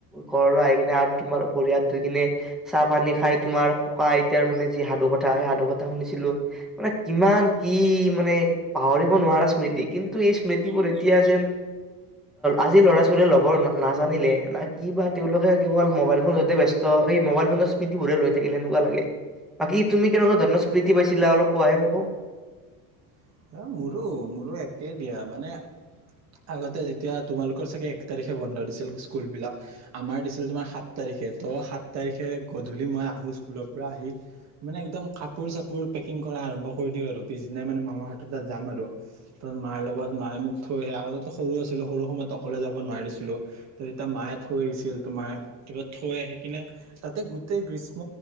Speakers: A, in the centre; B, on the right (about 45°).
A: ঘৰলৈ আহি কিনে আৰু তোমাৰ ভৰি-হাত ধুই কিনে, চাহ-পানী খাই তোমাৰ ককা-আইতাৰ মানে যি সাধু কথা সেই সাধু কথা শুনিছিলো মানে কিমান কি মানে পাহৰিব নোৱাৰা স্মৃতি, কিন্তু এই স্মৃতিবোৰ এতিয়া যেন, আজি ল'ৰা-ছোৱালীয়ে ল'ব নাজানিলে না কি বা তেওঁলোকে কেৱল মোবাইল ফোন যতে ব ব্যস্ত এই মোবাইল ফোনৰ স্মৃতিবোৰে লৈ থাকিল সেনেকুৱা লাগে, বাকী তুমি কেনেকুৱা ধৰণৰ স্মৃতি পাইছিলা অলপ কোৱাহে মকৌ।
B: অ', মোৰো, মোৰো একে দিয়া মানে আগতে যেতিয়া তোমালোকৰ চাগে এক তাৰিখে বন্ধ দিছিল স্কুল বিলাক আমাৰ দিছিল তোমাৰ সাত তাৰিখে তো সাত তাৰিখে গধূলি মই আহো স্কুলৰ পৰা আহি মানে একদম কাপোৰ চাপোৰ পেকিং কৰা আৰম্ভ কৰি দিও আৰু পিছদিনা মানে মামাহ তাত যাম আৰু, ত মাৰ লগত মায়ে মোক থৈ আহে, আগতে সৰু আছিলো সৰু সময়ত অকলে যাব নোৱাৰিছিলো, ত তেতিয়া মায়ে থৈ আহিছিল তোমাৰ ত থৈ আহি কিনে তাতে গোতেই গ্ৰীষ্ম